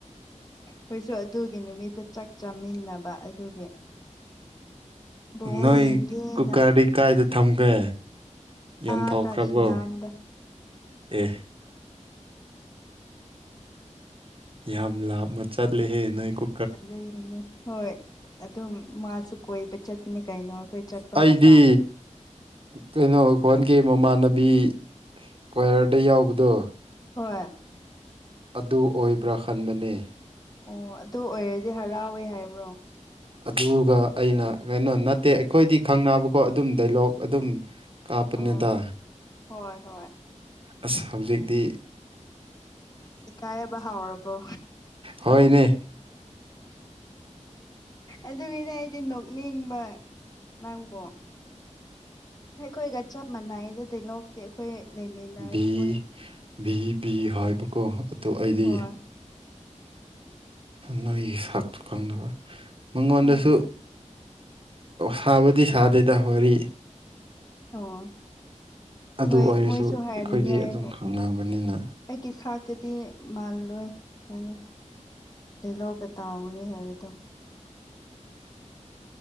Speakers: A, on the left; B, on the right.
A: ꯍꯣꯏꯁ ꯑꯗꯨꯒꯤ ꯅꯨꯃꯤꯠꯇ ꯆꯥꯛ ꯆꯥꯃꯤꯟꯅꯕ ꯑꯗꯨꯒꯤ ꯕꯣꯜ
B: ꯅꯣꯏ
A: ꯌꯦꯡꯒꯦꯅ
B: ꯀꯨꯛꯀꯥꯔꯗꯤ ꯀꯥꯏꯗ ꯊꯝꯒꯦ ꯌꯣꯟꯊꯣꯛꯈ꯭ꯔꯕꯣ
A: ꯑꯥꯗ ꯁꯤꯅꯥꯝꯗ
B: ꯑꯦ ꯌꯥꯝ ꯂꯥꯞꯃ ꯆꯠꯂꯦꯍꯦ ꯅꯣꯏ ꯀꯨ
A: ꯑꯗꯨꯅꯤ ꯍꯣꯏ ꯑꯗꯨꯝ ꯃꯥꯁꯨ ꯀꯣꯏꯕ ꯆꯠꯄꯅꯤ ꯀꯩꯅꯣ ꯑꯩꯈꯣꯏ ꯆꯠꯄ ꯃꯇꯝ
B: ꯑꯗꯨꯗꯤ ꯀꯩꯅꯣ ꯑꯩꯈꯣꯟꯒꯤ ꯃꯃꯥꯟꯅꯕꯤ ꯀ꯭ꯌꯔꯗ ꯌꯥꯎꯕꯗꯣ
A: ꯍꯣꯏ
B: ꯑꯗꯨ ꯑꯣꯏꯕ꯭ꯔꯥ ꯈꯟꯕꯅꯦ
A: ꯑꯣ ꯑꯗꯨ ꯑꯣꯏꯔꯗꯤ ꯍꯔꯥꯎꯋꯦ ꯍꯥꯏꯕ꯭ꯔꯣ
B: ꯑꯗꯨꯒ ꯑꯩꯅ ꯀꯩꯅꯣ ꯅꯠꯇꯦ ꯑꯩꯈꯣꯏꯗꯤ ꯈꯪꯅꯕꯀꯣ ꯑꯗꯨꯝ ꯗꯥꯏꯂꯣꯛ ꯑꯗꯨꯝ ꯀꯥꯞꯄꯅꯤꯗ
A: ꯑꯣ ꯍꯣꯏ ꯍꯣꯏ
B: ꯑꯁ ꯍꯧꯖꯤꯛꯇꯤ
A: ꯏꯀꯥꯏꯕ ꯍꯥꯎꯔꯕꯣ
B: ꯍꯣꯏ ꯅꯦ
A: ꯑꯗꯨꯒꯤꯗꯤ ꯑꯩꯗꯤ ꯅꯣꯛꯅꯤꯡꯕ ꯅꯪꯕꯣ ꯑꯩꯈꯣꯏꯒ ꯆꯞ ꯃꯥꯟꯅꯏꯗꯗꯤ ꯂꯧꯛꯇꯦ ꯑꯩꯈꯣꯏ ꯂꯩꯃꯤꯟꯅꯔꯤ
B: ꯚꯤ
A: ꯃꯣꯏ
B: ꯚꯤ ꯚ ꯍꯥꯏꯕꯀꯣ ꯑꯗꯨ ꯑꯩꯗꯤ
A: ꯍꯣꯏ
B: ꯅꯣꯏꯒꯤ ꯁꯥꯛꯇꯣ ꯈꯪꯗꯕ ꯃꯉꯣꯟꯗꯁꯨ
A: ꯍꯣꯏ
B: ꯁꯥꯕꯨꯗꯤ ꯁꯥꯗꯦꯗ ꯋꯥꯔꯤ
A: ꯑꯣ
B: ꯑꯗꯨ
A: ꯃꯣꯏ
B: ꯑꯣꯏꯔꯁꯨ
A: ꯃꯣꯏꯁꯨ ꯍꯥꯏꯔꯅꯤ
B: ꯑꯩꯈꯣꯏꯗꯤ
A: ꯑꯩꯕꯨ
B: ꯑꯗꯨꯝ ꯈꯪꯅꯕꯅꯤꯅ
A: ꯑꯩꯒꯤ ꯁꯥꯛꯇꯗꯤ ꯃꯥꯜꯂꯣꯏ ꯅꯪꯅ ꯇꯂꯣ ꯀ ꯇꯥꯎꯅꯤ ꯍꯥꯏꯕꯗꯣ